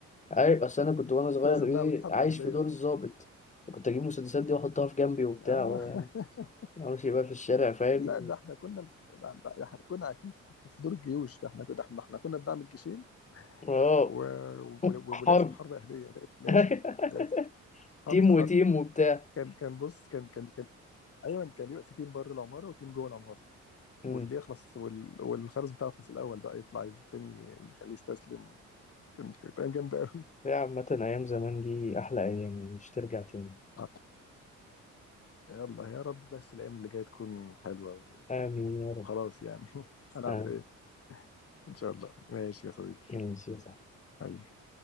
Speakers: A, on the left; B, on the left.
A: عارف اصل انا كنت
B: <laughs>
A: وانا صغير
B: لازم نعمل
A: ايه
B: حرب
A: عايش
B: أهلية
A: في دور
B: في
A: الضابط
B: ال-
A: كنت اجيب المسدسات دي واحطها في جنبي وبتاع
B: آه.
A: و-
B: <laughs>
A: وامشي بقى في الشارع فاهم
B: لا ده احنا كنا لا، لا، احنا كنا عايشين في في دور الجيوش ده احنا كنا احنا احنا كنا بنعمل جيشين
A: اه
B: و... و...
A: حرب
B: ولازم حرب أهلية لازم
A: <laughs>
B: لازم حرب
A: تيم
B: حرب
A: وتيم وبتاع
B: كان كان بص كان كان كان ايوه كان بيبقى في تيم بره العماره وتيم جوه العماره
A: امم
B: واللي يخلص وال... والخرز بتاعه يخلص الاول بقى يطلع التاني يخليه يستسلم كان- كانت ايام جامده قوي
A: يا عامة أيام زمان دي أحلى أيام مش ترجع تاني
B: آه. يلا يا رب بس الايام اللي جايه تكون حلوه و-
A: آمين يا
B: وخلاص
A: رب
B: يعني <laughs> هنعمل
A: آمين
B: ايه ان شاء الله ماشي يا صديقي
A: يا سيدي
B: حبيبي